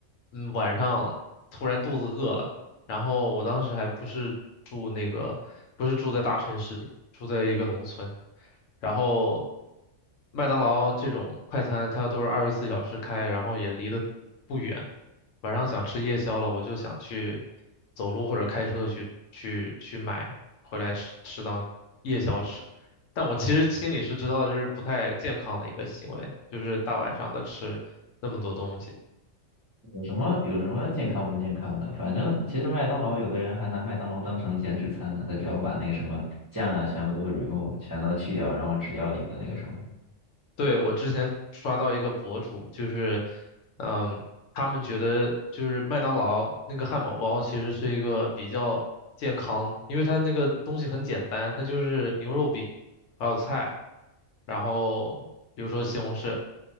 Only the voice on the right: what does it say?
有什么有什么健康不健康的？反正其实麦当劳有的人还拿麦当劳当成减脂餐呢，他只要把那个什么酱啊全部都 remove，全都去掉，然后只要一个那个什么。